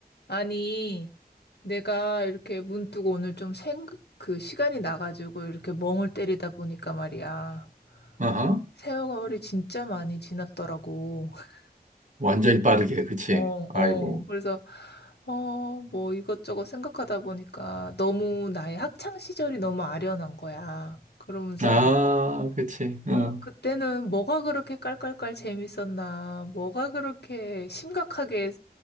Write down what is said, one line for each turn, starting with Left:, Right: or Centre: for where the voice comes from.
Left: 아니, 내가 이렇게 문득 오늘 좀 생, 그 시간이 나가지고 이렇게 멍을 때리다 보니까 말이야.
Right: 아하.
Left: 세월이 진짜 많이 지났더라고. <laughs>
Right: 완전히 빠르게, 그치?
Left: 어,
Right: 아이고.
Left: 어. 그래서, 어, 뭐 이것저것 생각하다 보니까 너무 나의 학창 시절이 너무 아련한 거야. 그러면서,
Right: 아, 그치. 어.
Left: 아, 그때는 뭐가 그렇게 깔깔깔 재밌었나, 뭐가 그렇게 심각하게